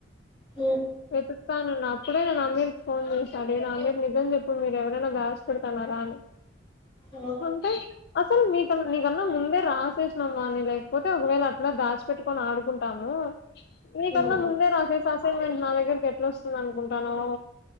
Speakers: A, on the left (about 30°); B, on the left (about 60°).
A: ఉమ్
B: వెతుకుతానన్న అప్పుడే నేను అమీర్ కి ఫోన్ చేస్తాండేది అమీర్ నిజం చెప్పు మీరు ఎవరైనా రాస్ పెడతాను తార అని
A: ఆఓ
B: అంటే అసలు నీకన్నా నీకన్నా ముందే రాసేసినామ్మా అని లేకపోతే ఒకవేళ అట్లా దాచిపెట్టుకొని ఆడుకుంటాము నీకన్నా
A: ఉమ్
B: ముందే రాసేసి అసైన్మెంట్ నా దగ్గరికి ఎట్లా వస్తుంది అనుకుంటానో